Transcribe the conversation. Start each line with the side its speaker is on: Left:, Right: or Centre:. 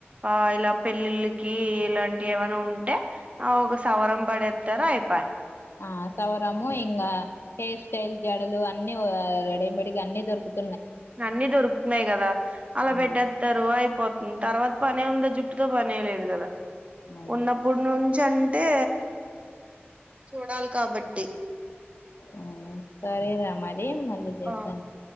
Right: ఆ ఇలా పెళ్ళిళ్ళకి ఇలాంటి ఏమన్నా ఉంటే ఆ ఒక సవరం పడేత్తారు అయిపాయ్
Left: ఆ సౌరము ఇకా హెయిర్ స్టైల్ జడలు అన్ని ఆ రెడిమేడ్ అన్ని దొరుకుతు
Right: అన్ని దొరుకుతున్నాయి కదా అలా
Left: ఆ
Right: పెట్టేస్తారు అయిపోతుంది తర్వాత పనే ఉందా జుట్టు తో పని ఏం లేదు కదా
Left: అవును
Right: ఉన్నప్పుడు నుంచి చి అంటే చూడాలి కాబట్టి
Left: అవునా సరే రా మరి మళ్ళీ చేస్తాను
Right: ఆ